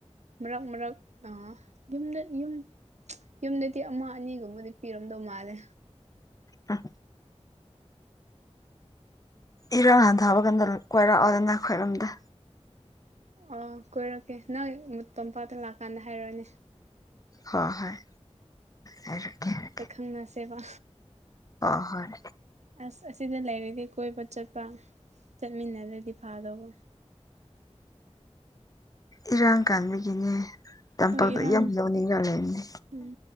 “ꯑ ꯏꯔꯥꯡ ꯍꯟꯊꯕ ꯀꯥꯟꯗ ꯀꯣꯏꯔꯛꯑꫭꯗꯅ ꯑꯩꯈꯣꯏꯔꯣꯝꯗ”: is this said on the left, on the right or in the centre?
Left